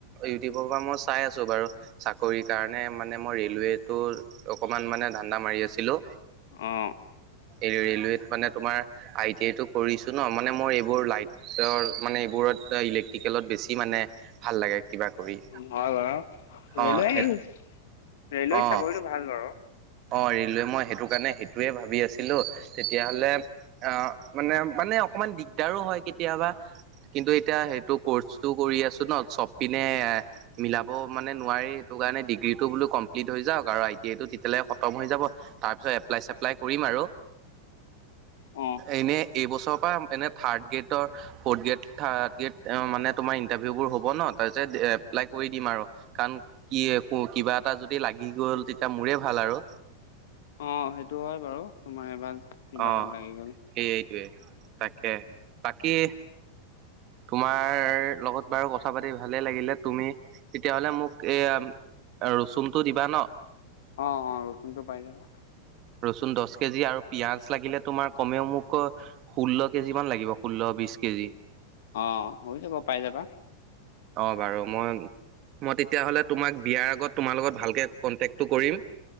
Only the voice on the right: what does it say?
ইউটিউবৰ পৰা মই চা চাই আছো বাৰু চাকৰি কাৰণে মানে মই ৰেলৱেতটো অকমান মানে ধান্দা মাৰি আছিলো।
এই ৰেলৱেত মানে তোমাৰ, আই টি আই টো কৰিছো ন', মানে মোৰ এইবোৰ লাইটৰ মানে এইবোৰত ইলেক্ট্ৰিকেলত বেছি মানে ভাল লাগে কিবা কৰি।
অঁ
সেই
অঁ
অঁ' ৰেলৱে মই সেইটো কাৰণে সেইটোৱে ভাবি আছিলোঁ, তেতিয়াহলে অ' মানে মানে অকমান দিগদাৰো হয় কেতিয়াবা কিন্তু এতিয়া সেইটো কৰ্চটো কৰি আছো ন' চব পিনে মিলাব মানে নোৱাৰি সেইটো কাৰণে ডিগ্ৰীটো বোলো কমপ্লিট হৈ যাওক আৰু আই টি আই টো তেতিয়ালে ক তম হৈ যাব, তাৰ পিছত এপ্লাই চেপ্লাই কৰিম আৰু।
এনে এইবছৰৰ পৰা এনে third grade fourth grade third grade মানে তোমাৰ ইণ্টাৰভিউবোৰ হ'ব ন, তাৰিছত এপ্লাই কৰি দিম আৰু। কাৰণ কি ক কিবা এটা যদি লাগি গ'ল তেতিয়া মোৰে ভাল আৰু।
অ
সেই তাকে বাকী তোমাৰ লগত বাৰু কথা পাতি ভালে লাগিলে তুমি তেতিয়াহলে মোক এ ৰচুনটো দিবা ন?
ৰচুন দহ কেজি আৰু পিয়াজ। মাছ লাগিলে তোমাৰ কমেও মোক ষোল্ল কেজি মান লাগিব ষোল্ল-বিশ কেজি।
অ' বাৰু মই মই তেতিয়াহ'লে তোমাক বিয়াৰ আগত তোমাৰ লগত ভালকে কন্টেক্টটো কৰিম।